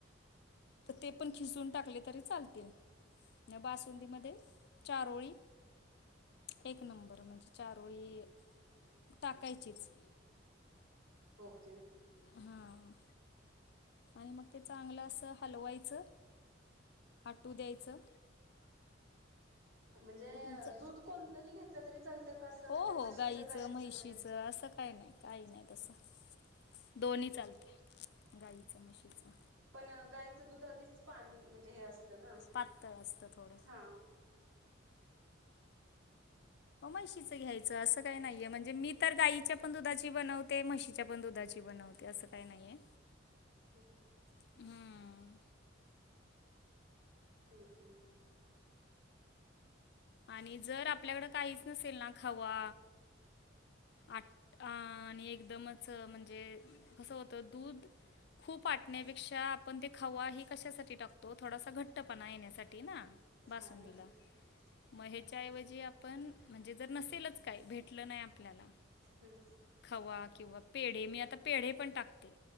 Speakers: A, on the left (about 55°); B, on the right (about 75°).
A: ते पणखिसून टाकले तरी चालतील. बासुंदीमध्ये चारोळी. एक नंबर म्हणजे चारोळी टाकायचीच.
B: ओके.
A: हां आणि मग ते चांगलं असं हलवायचं.. आटू द्यायचं.
B: म्हणजे
A: ज
B: दूध कोणतंही घेतलं तरी चालतं कासं
A: हो
B: म्हणजे
A: हो
B: मशीचं
A: गाईचं
B: गाईीचं
A: म्हैशीचं
B: वगैरे.
A: असं काही नाही. काही नाही तसं दोन्ही
B: हं.
A: चालत गाईचं म्हशीचं.
B: पण गाईचं दूध आधीच पान म्हणजे हे असताना
A: पातळ असतं थोडं
B: हा
A: म म्हशीचं दुधाच्या घ्यायचं असं काही नाहीये म्हणजे मी तर गाईच्या पण दुधाची बनवते म्हशीच्या पण दुधाची. बनवते ते असं काही नाहीये.
B: हम्म हम्म <unintelligible>
A: हम्म
B: ओके.
A: आणि जर आपल्याकडं काहीच नसेल ना खावा. आट आ आणि एकदमच म्हणजे कसं होतं दूध. खूप आटण्यापेक्षा आपण ते खवाही थोडासा घट्टपणा येण्यासाठी ना. बासुंदीला.
B: हम्म
A: मग ह्याच्याऐवजी आपण म्हणजे जर नसेलच काही भेटलं नाही आपल्याला.
B: हंम.
A: खवा पेढे मी आता पेढे पण टाकते.